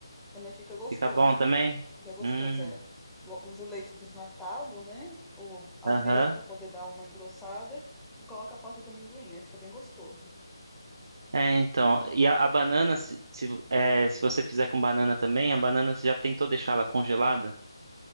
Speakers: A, in the centre; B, on the right (about 55°).
A: também fica gostoso.
B: Fica bom também?
A: Fica gostoso,
B: Hum,
A: é. Lo- Usa o leite desnatado, né? Ou aveia
B: aham.
A: para poder dar uma engrossada e coloca a pasta de amendoim, aí fica bem gostoso.
B: É, então, e a, a banana, se, se, é, se você fizer com banana também, a banana você já tentou deixar ela congelada?